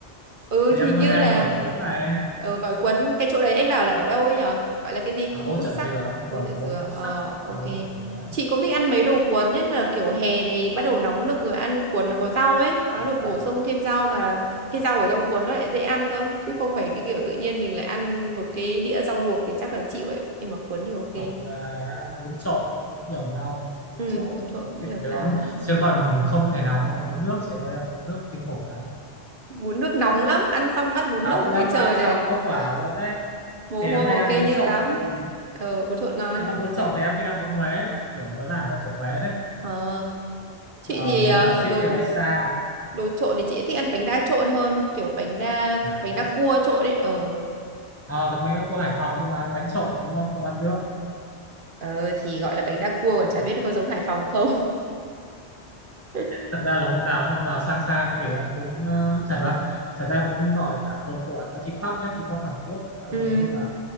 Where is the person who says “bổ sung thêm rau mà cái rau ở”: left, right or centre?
Right